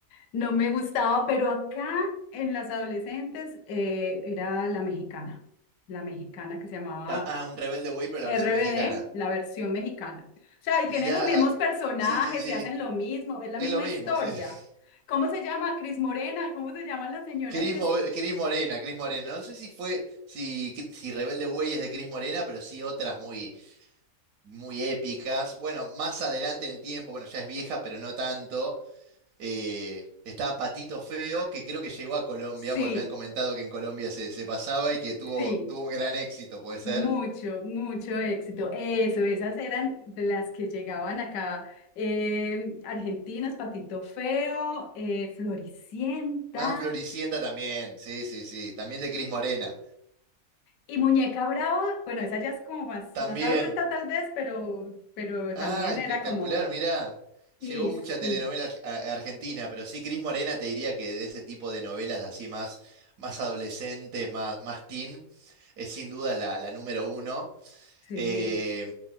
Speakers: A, on the left; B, on the right.
A: no me gustaba, pero acá en las adolescentes eh, era la mexicana, la mexicana que se llamaba
B: ta- ah, un Rebelde Way, pero la
A: RBD,
B: versión mexicana.
A: la versión mexicana. O sea, y
B: Mirá,
A: tienen los mismos
B: ah,
A: personajes
B: sí, sí, sí,
A: y hacen lo mismo, es la
B: es
A: misma
B: lo mismo,
A: historia.
B: sí. sí.
A: ¿Cómo se llama? Cris Morena, ¿cómo se llama la señora
B: Cris
A: que
B: Mo-
A: es?
B: Cris Morena, Cris Morena. No sé si fue, si, si Rebelde Way es de Cris Morena, pero sí otras muy, muy épicas. Bueno, más adelante en el tiempo, bueno, ya es vieja, pero no tanto. eh, estaba Patito Feo, que creo que llegó a Colombia,
A: Sí,
B: porque me han comentado que en Colombia se, se pasaba y que tuvo,
A: sí,
B: tuvo un gran éxito, ¿puede ser?
A: mucho, mucho éxito. Eso, esas eran de las que llegaban acá. eh, Argentinas, Patito Feo, eh, Floricienta.
B: Ah, Floricienta también, sí, sí, sí, también de Cris Morena.
A: Y Muñeca Brava, bueno, esa ya es como más,
B: También.
A: más adulta tal vez, pero, pero
B: Ah,
A: también
B: espectacular,
A: era como,
B: mirá.
A: sí,
B: Llegó mucha telenovela
A: sí.
B: arg- a- argentina, pero sí, Cris Morena te diría que de ese tipo de novelas así más, más adolescentes, más, más teen, es sin duda la, la número uno.
A: Sí,
B: Eh,